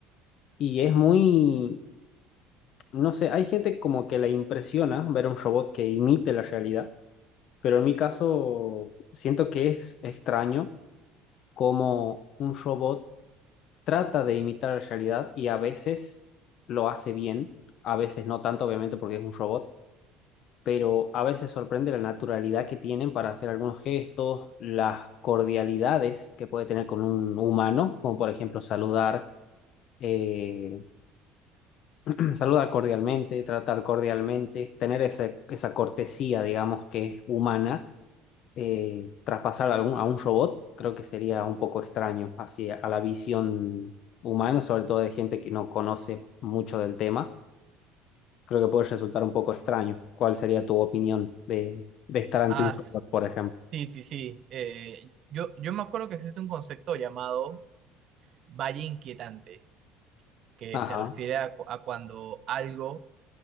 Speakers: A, on the left; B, on the right.
A: y es muy, no sé, hay gente como que la impresiona ver un robot que imite la realidad Pero en mi caso, siento que es extraño cómo un robot trata de imitar la realidad y a veces lo hace bien, a veces no tanto, obviamente, porque es un robot, pero a veces sorprende la naturalidad que tienen para hacer algunos gestos, las cordialidades que puede tener con un humano, como por ejemplo saludar. eh, <clears throat> saludar cordialmente, tratar cordialmente, tener ese- esa cortesía, digamos, que es humana eh, traspasar a, algún, a un robot, creo que sería un poco extraño hacia a la visión humana, sobre todo de gente que no conoce mucho del tema. Creo que puede resultar un poco extraño. ¿Cuál sería tu opinión de, de estar ante
B: Ah,
A: un
B: s-
A: robot, por ejemplo?
B: sí, sí, sí. eh, yo, yo me acuerdo que existe un concepto llamado valle inquietante, que
A: Ajá,
B: se refiere a, cu- a cuando algo